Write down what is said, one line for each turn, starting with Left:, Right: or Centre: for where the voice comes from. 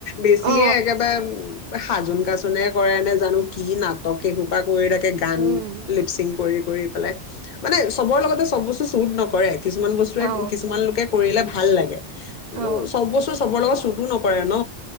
Left: বেছিয়ে
Right: অ
Left: একেবাৰে সাজোন কাচোনে কৰে নে জানো কি নাটক এখুপা কৰি থাকে গান
Right: উম
Left: লিপচিং কৰি। কৰি পেলাই মানে চবৰ লগতে চব বস্তু চুট নকৰে। কিছুমান বস্তুৱে
Right: অ
Left: কিছুমান লোকে কৰিলে ভা ভাল লাগে।
Right: অ
Left: সব বস্তু চনৰ লগত ততো নপৰে ন।